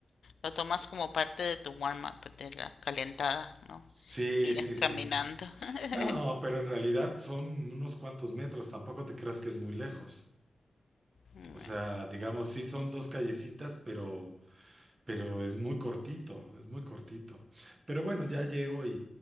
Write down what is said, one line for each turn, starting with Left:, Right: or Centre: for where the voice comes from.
Left: Lo tomas como parte de tu warm-up, de la calentada, ¿no?
Right: Sí,
Left: Ir
Right: sí, sí.
Left: caminando. <laughs>
Right: No, pero en realidad son unos cuantos metros, tampoco te creas que es muy lejos.
Left: Bueno,
Right: O sea, digamos, sí son dos callecitas, pero Pero es muy cortito, es muy cortito. Pero bueno, ya llego y,